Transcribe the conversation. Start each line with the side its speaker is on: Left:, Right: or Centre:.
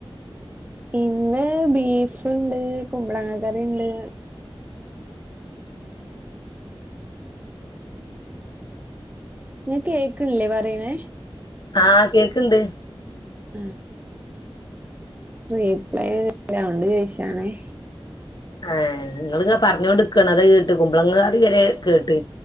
Right: ഇന്ന് ബീഫുണ്ട് കുമ്പളങ്ങ കറിണ്ട് നി കേക്കൺല്ലേ പറയണേ
Left: ആ കേക്ക്ണ്ട്
Right: ആ റീപ്ലെ കേക്കുന്നില്ല അതുകൊണ്ട് ചോയിച്ചാണേ
Left: ആ ങ്ങള് പറഞ്ഞോണ്ട്ക്കണത് കേട്ട് കുമ്പളങ്ങ കറി വരെ കേട്ട്